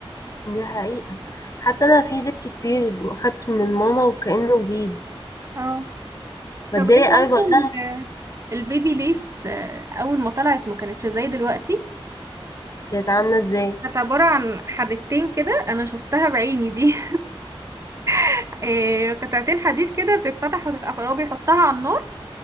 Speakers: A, on the left (about 35°); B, on the right (about 30°).
A: دي حقيقه حتى انا في لبس كتير خدته من ماما وكانه جديد
B: اه
A: بتضايق
B: طب انت
A: قوي
B: عارفه
A: بقول لها
B: البيبي ليس آه، اول ما طلعت ما كانتش زي دلوقتي
A: كانت عامله ازاي
B: كانت عبارة عن حدتين كده انا شفتها بعيني دي <laughs> آه، قطعتين حديد كده بتتفتح وتتقفل هو بيحطها على النار